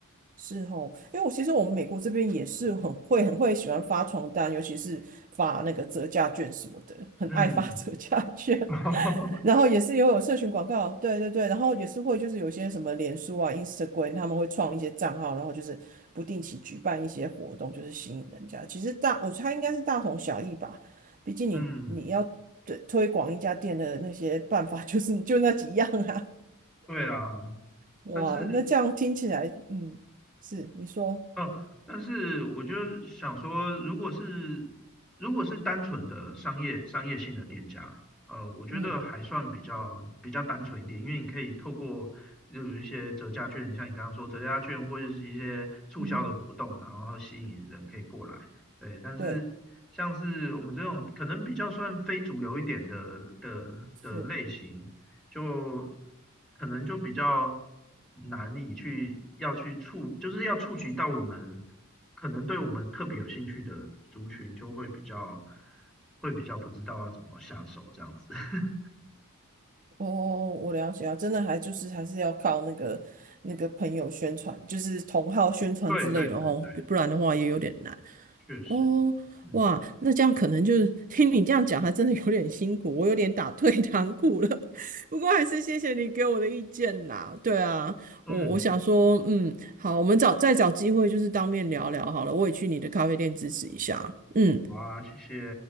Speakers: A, on the right; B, in the centre.
A: 是哦，因为我其实我们美国这边也是很会很会喜欢发传单，尤其是发那个折价券什么的，很爱发
B: 嗯，
A: <laughs> 折价券，
B: <laughs>
A: 然后也是也有社群广告，对对对，然后也是会就是有些什么脸书啊、Instagram，他们会创一些账号，然后就是不定期举办一些活动，就是吸引人家。其实大，我猜应该是大同小异吧。毕竟你你要对推广一家店的那些办法
B: 嗯，
A: <laughs>，就是就那几样啊。
B: 对啊，
A: 哇，
B: 但是
A: 那这样听起来，嗯，是你说，
B: 哦，但是我就想说，如果是如果是单纯的商业商业性的店家，呃，我觉得还算比较比较单纯一点，
A: 嗯
B: 因为你可以透过就有一些折价券，像你刚刚说折价券或者是一些促销的活动，
A: 嗯哼，
B: 然后吸引人可以过来。对，但是像是我们这种可能比较算非主流一点的的的类型，
A: 对，是
B: 就可能就比较难以去要去触，就是要触及到我们可能对我们特别有兴趣的族群，就会比较会比较不知道要怎么下手这样子。<laughs>
A: 哦，我了解啊，真的还就是还是要靠那个那个朋友宣传，就是同号宣传之类的哦，
B: 对对对对，
A: 不然的话也有点难。
B: 确实，
A: 哦，
B: 嗯
A: 哇，那这样可能就是听你这样讲，还真的有点辛苦，我有点打退堂鼓了。<laughs> 不过还是谢谢你给我的意见啦。对啊，
B: 嗯，
A: 我我想说，嗯，好，我们找再找机会就是当面聊聊好了。我也去你的咖啡店支持一下。嗯
B: 好啊，谢谢，